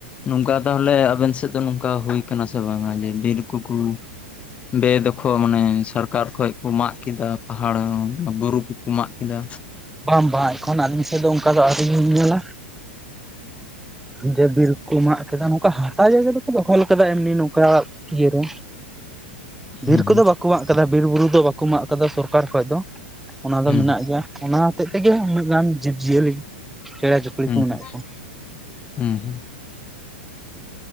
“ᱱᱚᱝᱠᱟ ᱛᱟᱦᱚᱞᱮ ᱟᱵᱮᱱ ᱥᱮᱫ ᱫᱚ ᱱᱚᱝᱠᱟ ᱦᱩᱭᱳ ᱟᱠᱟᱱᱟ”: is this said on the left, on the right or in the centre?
Left